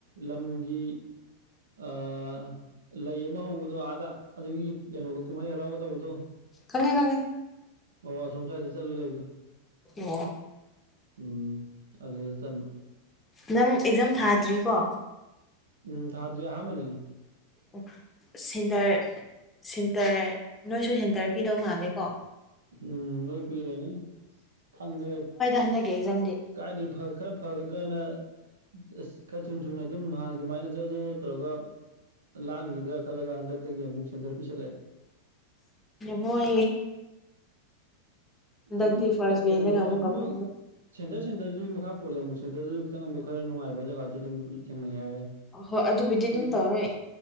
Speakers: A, on the right (about 65°); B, on the left (about 15°).
A: ꯂꯝꯒꯤ ꯑ ꯂꯩ ꯑꯃ ꯍꯧꯕꯗꯣ ꯑꯥꯗ ꯑꯗꯨꯒꯤ ꯀꯩꯅꯣꯒ ꯀꯨꯝꯍꯩ ꯍꯔꯥꯎꯕ ꯇꯧꯕꯗꯣ
B: ꯈꯪꯉ‌ꯦ ꯈꯪꯉ‌ꯦ
A: ꯑꯣ ꯁꯣꯝꯁ ꯆꯠ ꯂꯩꯗ
B: ꯑꯣ
A: ꯎꯝ ꯑꯗꯨ ꯆꯟ
B: ꯅꯪ ꯑꯦꯛꯖꯥꯝ ꯊꯥꯗ꯭ꯔꯤꯀꯣ
A: ꯎꯝ ꯊꯥꯗ꯭ꯔꯤ ꯑꯍꯥꯟꯕꯅꯤ
B: ꯑꯣ ꯁꯦꯟꯇꯔ ꯁꯤꯦꯟꯇꯔ ꯅꯣꯏꯁꯨ ꯁꯦꯟꯇꯔ ꯄꯤꯗꯧ ꯃꯥꯜꯂꯦꯀꯣ
A: ꯎꯝ ꯅꯣꯏ ꯄꯤꯔꯅꯤ ꯈꯪꯗꯦ
B: ꯍꯟꯛꯦ ꯑꯦꯛꯖꯝꯗꯤ
A: ꯀꯥꯏꯗ ꯈꯔ ꯐꯒꯗ꯭ꯔꯅ ꯑꯁ ꯈꯔ ꯊꯨ ꯊꯨꯅ ꯑꯗꯨꯝ ꯍꯥꯟꯅ ꯑꯗꯨꯃꯥꯏꯅ ꯖꯔ ꯖꯔ ꯖꯧ ꯇꯧꯔꯒ ꯂꯥꯟꯈꯤꯗ꯭ꯔꯥ ꯈꯜꯂꯒ ꯍꯟꯗꯛꯇꯒꯤ ꯑꯃꯨꯛ ꯁꯦꯟꯇꯔ ꯄꯤꯁꯜꯂꯛꯑꯦ
B: ꯃꯣꯏ ꯏꯛꯇ
A: ꯑꯗꯨꯝ
B: ꯐꯥꯔꯁ
A: ꯀ-
B: ꯕꯅꯒꯃꯛꯒꯄ
A: ꯀꯩꯅꯣ ꯍꯣꯏ ꯃꯣꯏ ꯁꯦꯟꯇꯔ ꯁꯦꯟꯇꯔꯗꯨꯒꯤ ꯃꯈꯥ ꯄꯣꯂꯦ ꯑꯃꯨꯛ ꯁꯦꯟꯇꯔꯗꯨꯁꯨ ꯈꯤꯇꯪ ꯑꯃꯨꯛ ꯈꯔ ꯅꯨꯡꯉꯥꯏꯕ ꯖꯒꯥꯁꯨ ꯑꯗꯨꯝ ꯄꯤ ꯊꯦꯡꯅꯩ ꯍꯥꯏ ꯑꯩꯈꯣꯏ
B: ꯍꯣꯏ ꯑꯗꯨꯕꯨꯗꯤ ꯑꯗꯨꯝ ꯇꯧꯋꯦ